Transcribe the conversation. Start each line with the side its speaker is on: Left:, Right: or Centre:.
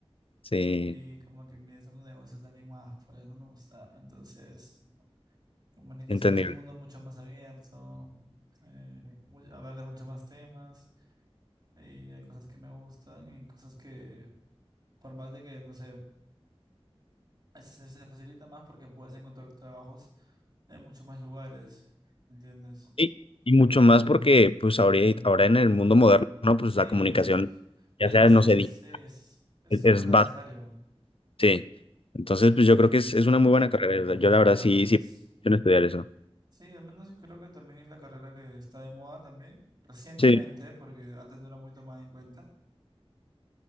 Left: Sí,
Right: y como que administrando negocios de alguien más, pues no me gusta. Entonces, comunicación
Left: entendible.
Right: es un mundo mucho más abierto, eh, mu- abarca mucho más temas y hay cosas que me gustan y cosas que, por más de que, no sé, Se, se facilita más porque puedes encontrar trabajos en muchos más lugares, ¿me ¿entiendes?
Left: Y, y mucho más porque, pues, ahora, ahora en el mundo moderno, pues,
Right: Sí,
Left: la comunicación,
Right: o sea, es
Left: ya sea,
Right: base
Left: no
Right: de,
Left: sé, di-
Right: sí, es, es
Left: es
Right: súper necesario.
Left: básica Sí. Entonces, pues yo creo que es, es una muy buena carrera. o sea, Yo la verdad
Right: Sí, al
Left: sí,
Right: menos,
Left: sí, quiero estudiar eso.
Right: sí, al menos creo que también es la carrera que está de moda también, recientemente,
Left: Sí.
Right: porque antes no era muy tomada en cuenta,